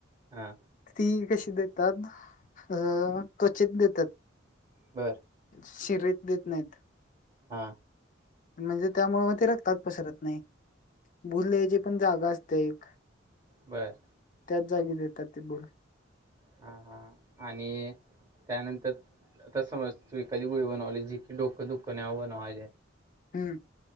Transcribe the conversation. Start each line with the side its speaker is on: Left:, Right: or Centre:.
Right: हा
Left: ती कशी देतात अ त्वचेेत देतात.
Right: बर
Left: शिरीत देत नाहीत.
Right: हा
Left: म्हणजे त्यामुळे मग ते रक्तात पसरत नाही भुल द्यायची पण जागा असते एक.
Right: बरं
Left: त्याच जागी देतात ती भूल.
Right: हा हा आणि त्यानंतर तर आता समज तू एखादी गुळी बनवले जी की डोकं दुःखं नव बनवायल्या.
Left: हम्म